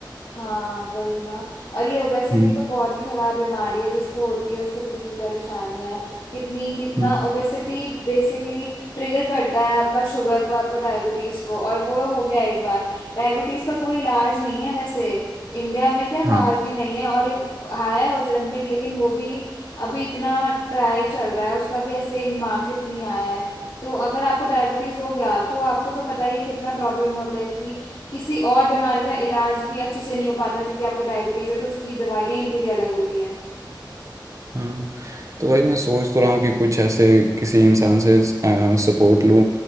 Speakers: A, on the left (about 60°); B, on the right (about 40°).
A: हाँ वही ना और ये ओबेसिटी
B: हम्म
A: तो बहुत ही खराब बीमारी है जिसको होती है उसको कितनी परेशानियां है कितनी कितना
B: हम्म,
A: ओबेसिटी बेसिकली ट्रिगर करता है आपका शुगर को आपको डायबिटीज को और वो हो गया एक बार डायबिटीज का कोई इलाज नहीं है वैसे इंडिया में क्या बाहर
B: हाँ
A: भी नहीं है और एक आया है ओजेम्पिक लेकिन वो भी अभी इतना ट्राई चल रहा है उसका भी ऐसे इन मार्केट नहीं आया है तो अगर आपको डायबिटीज हो गया तो आपको तो पता ही है कितना प्रॉब्लम होता है कि किसी और बीमारी का इलाज भी अच्छे से नहीं हो पाता क्योंकि आपको डायबिटीज है तो उसकी दवाइयां ही पूरी अलग होती हैं
B: हाँ तो भाई मैं सोच तो रहा हूँ कि कुछ ऐसे किसी इंसान से सपोर्ट लूँ